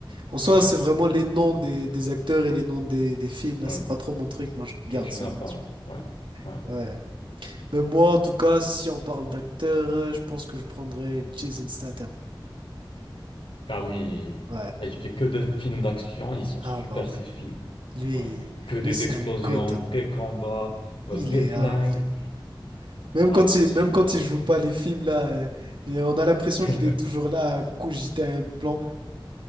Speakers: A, on the right; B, on the left.
A: En soi,
B: Ouais,
A: c'est vraiment
B: ouais,
A: les noms des, des acteurs et les noms des, des films là,
B: ouais,
A: c'est pas trop mon truc, moi je regarde
B: que tu
A: ça.
B: n'as
A: mon
B: pas.
A: Dieu.
B: Ouais, ouais.
A: Ouais. Mais moi, en tout cas, si on parle d'acteur, euh, je pense que je prendrais Jason Statham.
B: Ah oui,
A: Ouais.
B: il fait que des films d'action, ils sont
A: Ah
B: super
A: bah
B: ces
A: ouais.
B: films.
A: Lui,
B: Ouais. Que des
A: lui c'est
B: explosions,
A: un goth, hein.
B: des combats, euh,
A: Il
B: des
A: est
B: flingues.
A: hard, lui. Même
B: Ouais,
A: quand
B: il
A: il,
B: est super
A: même quand il
B: lui.
A: joue pas les films, là, euh, et on a l'impression
B: <laughs>
A: qu'il est toujours là à cogiter un plan.